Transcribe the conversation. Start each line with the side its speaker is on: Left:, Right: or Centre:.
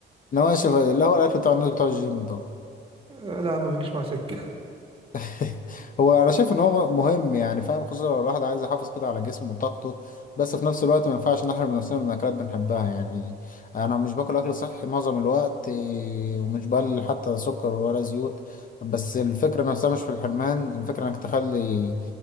Left: نواشف اللي هو الأكل بتاع الناس بتوع الجيم دول
Right: آه، لا ما بيجيش مع سكة
Left: <laughs> هو انا شايف ان هو مهم يعني فاهم خصوصا لو الواحد عايز يحافظ كده على جسمه وطاقته بس في نفس الوقت ما ينفعش نحرم نفسنا من اكلات بنحبها يعني انا مش باكل اكل صحي معظم الوقت إيه، ومش بقلل حتى سكر ولا زيوت بس الفكره نفسها مش في الحرمان الفكره انك تخلي